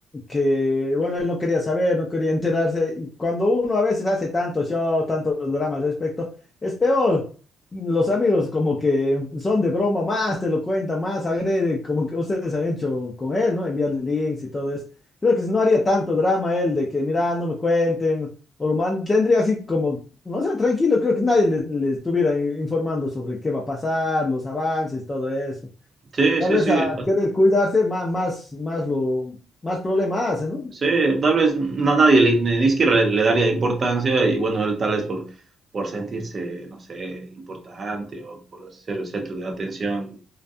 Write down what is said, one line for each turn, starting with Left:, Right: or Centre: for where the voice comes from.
Left: que bueno, él no quería saber, no quería enterarse. Y cuando uno a veces hace tanto show, tantos dramas al respecto, es peor. Los amigos como que son de broma, más te lo cuentan, más agrede, como que ustedes han hecho con él, ¿no? Enviarle links y todo eso. Creo que si no haría tanto drama él de que, mira, no me cuenten, o lo man- tendría así como, no sé, tranquilo, creo que nadie le, le estuviera informando sobre qué va a pasar, los avances, todo eso.
Right: Sí,
Left: Tal
Right: sí,
Left: vez
Right: sí.
Left: a querer cuidarse, más, más, más lo, más problema hace, ¿no?
Right: Sí, tal vez na- nadie, le- ni ni siquiera le, le daría importancia y bueno, él tal vez por, por sentirse, no sé, importante o por ser el centro de atención,